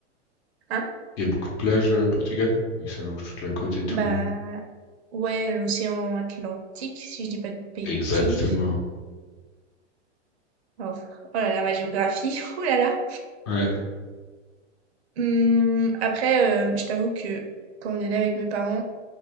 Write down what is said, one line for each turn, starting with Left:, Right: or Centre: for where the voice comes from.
Right: hein?
Left: Il y a beaucoup de plages euh, au Portugal? Vu que ça longe toute la côte et tout.
Right: Bah,
Left: euh.
Right: ouais, l'océan Atlantique, si je dis pas de bêtises.
Left: Exactement.
Right: Oh oh là là, ma géographie, <laughs> oh là là!
Left: Ouais,
Right: Mmh, après, heu, je t'avoue que quand on est là avec mes parents,